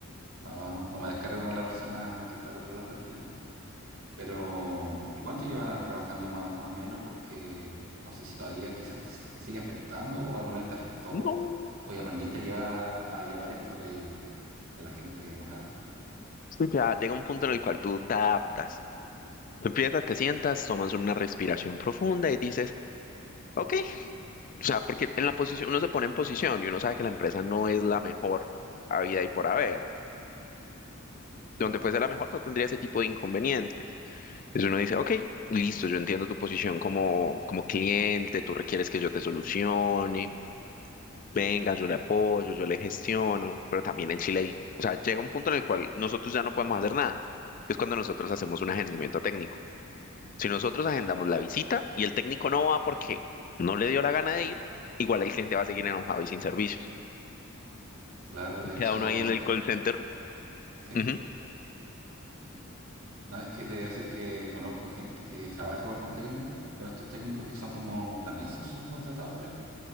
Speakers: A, on the right; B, on the left.
A: no, no, no me descargo con la persona que está al otro lado del teléfono. Pero, ¿y cuánto llevas trabajando más, más o menos? Porque no sé si todavía quizás te, te sigue afectando o alguna vez te afectó
B: No,
A: o ya aprendiste a llevar, a llevar esto del, de la gente enojada.
B: sí, ya llega un punto en el cual tú te adaptas. Tú empiezas, te sientas, tomas una respiración profunda y dices, ok, O sea, porque en la posición, uno se pone en posición y uno sabe que la empresa no es la mejor habida y por haber. Donde
A: <laughs>
B: fuese la mejor no tendría ese tipo de inconvenientes. Entonces uno dice, ok, listo, yo entiendo tu posición como, como cliente, tú requieres que yo te solucione, venga, yo le apoyo, yo le gestiono, pero también en Chile, hay- o sea, llega un punto en el cual nosotros ya no podemos hacer nada, que es cuando nosotros hacemos un agendamiento técnico. Si nosotros agendamos
A: Claro, claro.
B: la visita y el técnico no va porque no le dio la gana de ir, igual el cliente va a seguir enojado y sin servicios.
A: Claro, de
B: queda
A: hecho,
B: uno ahí
A: mira,
B: en el call center.
A: sí,
B: Ujú,
A: no es que te voy a decir que conozco gente que trabaja igual con técnicos, con estos técnicos que son como, también son subcontratados, creo.